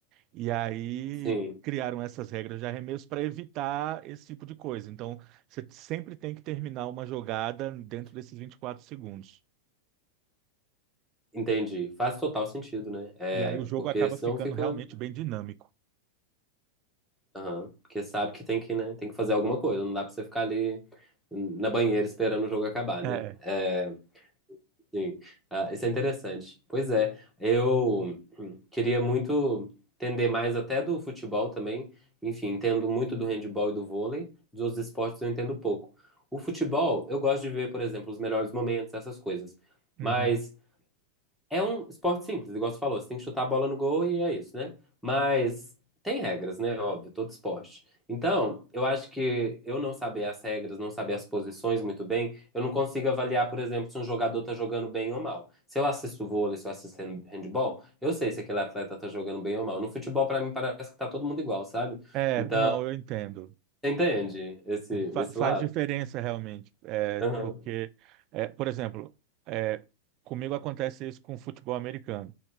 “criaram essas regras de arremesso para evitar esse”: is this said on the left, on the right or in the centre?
Right